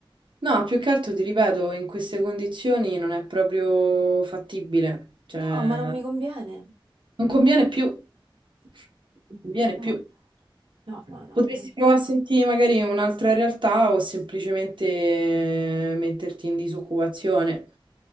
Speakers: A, on the right (about 60°); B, on the right (about 80°).
A: No, più che altro ti ripeto, in queste condizioni non è proprio fattibile, cioè,
B: No, ma non mi conviene.
A: non conviene più, non conviene
B: No,
A: più.
B: no, no, no.
A: Potresti
B: inf-
A: provare a sentire magari un'altra realtà o semplicemente metterti in disoccupazione.